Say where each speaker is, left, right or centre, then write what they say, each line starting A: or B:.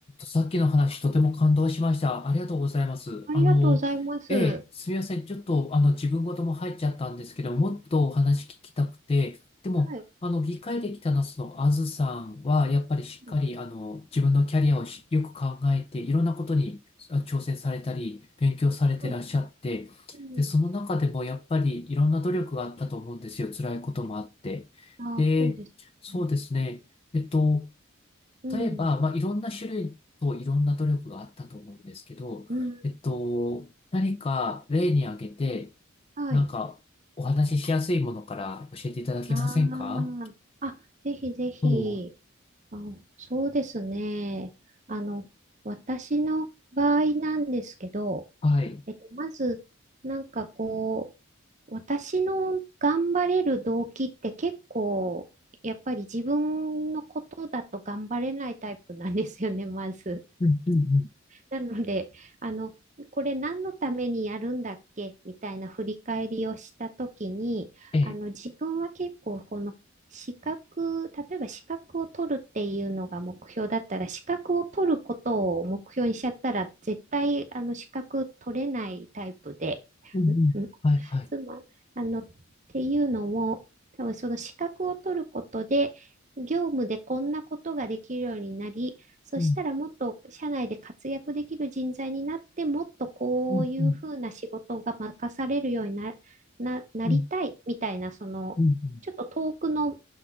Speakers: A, on the left; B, on the right.
A: さっきの話、とても感動しました。ありがとうございます。
B: ありがとうございます。
A: あの、ええ、すみません。ちょっと、あの、自分事も入っちゃったんですけど、もっとお話聞きたくて、でも、
B: はい。
A: あの、議会できたのその、あずさんは、やっぱりしっかり、
B: うん。
A: あの、自分のキャリアをしよく考えて、いろんなことにあ挑戦されたり、勉強されてらっしゃって、
B: はい。うん。
A: で、その中でも、やっぱり、いろんな努力があったと思うんですよ。辛いこともあって。
B: あそうですね。
A: で、そうですね。えっと、
B: うん。
A: 例えば、まあ、いろんな種類といろんな努力があったと思うんですけど、
B: うん。
A: えっと、何か例に挙げて、
B: はい。
A: なんかお話ししやすいものから教えていただけませんか
B: ああ。あ、ぜひぜひ。
A: そう。
B: あ、そうですね。あの、私の場合なんですけど、
A: はい。
B: えっと、まず、なんかこう、私の頑張れる動機って結構、やっぱり自分のことだと頑張れないタイプなんですよね、まず。
A: うんうんうん。
B: なので、あの、これ何のためにやるんだっけみたいな振り返りをしたときに、
A: ええ。
B: あの、自分は結構この資格、例えば資格を取るっていうのが目標だったら、資格を取ることを目標にしちゃったら、絶対あの資格取れないタイプで、
A: うんうん。
B: ん
A: はいはい。
B: 妻、あの、っていうのも、多分その資格を取ることで、業務でこんなことができるようになり、そしたらもっと社内で活躍できる人材になって、
A: うん
B: もっとこういうふうな仕事が任されるようにな、
A: うんうん
B: な、なりたいみたいな、
A: うん
B: その、
A: うんうん。
B: ちょっと遠くの